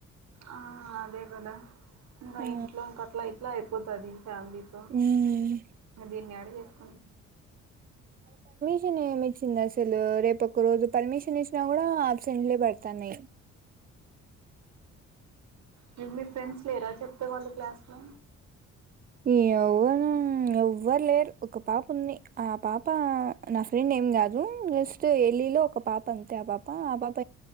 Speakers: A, on the right; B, on the right.
A: ఆ అదే కదా ఇంకా
B: ఆ
A: ఇంట్లో ఇంకా అట్లా ఇట్లా అయిపోతుది ఫ్యామిలీతో
B: ఉమ్
A: దీన్ని ఆడ చేస్తుడి
B: చి చిహ్నా సలు రే ప ఒక రోజు పర్మిషన్ ఇచ్చినా కూడా అబ్సెంట్లే పెడతాన్నాయి
A: మీకు మీ ఫ్రెండ్స్లో ఎరా చెప్పేవాళ్ళు క్లాస్లో
B: ఈ అవనా ఎవ్వరు లేరు ఒక పాప ఉంది ఆ పాప నా ఫ్రెండ్ ఏం కాదు జస్ట్ ట్ వెళ్ళిలో ఒక పాప ఉంతే ఆ పాప ఆ పాప